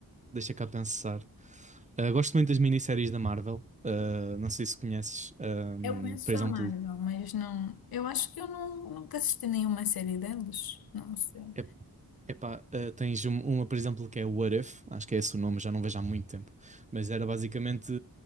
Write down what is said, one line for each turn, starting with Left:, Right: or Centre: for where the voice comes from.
Right: deixa cá pensar. Eh, gosto muito das minisséries da Marvel. Eh, não sei se conheces. ehm,
Left: Eu conheço
Right: por exemplo,
Left: a Marvel, mas não. Eu acho que eu não, nunca assisti nenhuma série delas. Não sei.
Right: é, epá, eh, tens um- uma, por exemplo, que é What If. Acho que é esse o nome, já não vejo há muito tempo. Mas era basicamente.